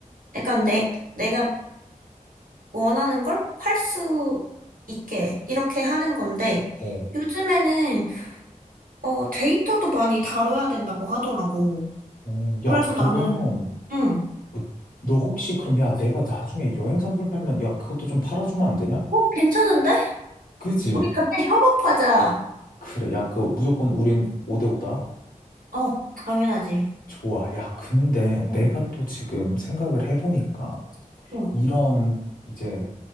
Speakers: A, on the right; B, on the left.
A: 약간 내, 내가 원하는 걸 팔 수 있게 이렇게 하는 건데
B: 어.
A: 요즘에는 어, 데이터도 많이 다뤄야 된다고 하더라고.
B: 어,
A: 그래서
B: 야, 그러면
A: 나는 응.
B: 어, 너 혹시 그럼 야, 내가 나중에 여행 선풀 팔면 야, 그것도 좀 팔아주면 안 되냐?
A: 어, 괜찮은데?
B: 그지?
A: 우리 같이 협업하자.
B: 그래. 야, 그거 무조건 우린 5대5다.
A: 어, 당연하지.
B: 좋아. 야, 근데
A: 어,
B: 내가 또 지금 생각을 해보니까
A: 어,
B: 이런 이제